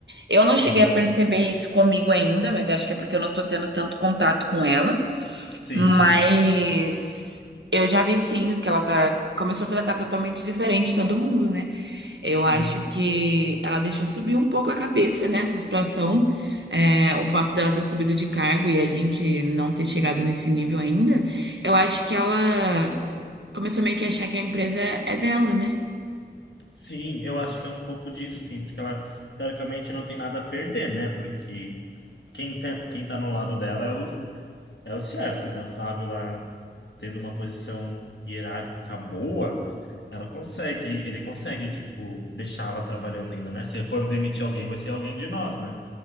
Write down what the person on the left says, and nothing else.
Sim,
sim,
sim.
Sim, eu acho que é um pouco disso, assim, porque ela, teoricamente, não tem nada a perder, né? Porque quem tá, quem tá no lado dela é os, é os chefes, né? O Flávio lá tendo uma posição hierárquica boa, ela consegue, ele consegue, tipo, deixá-la trabalhando ainda, né? Se for demitir alguém, vai ser alguém de nós, né?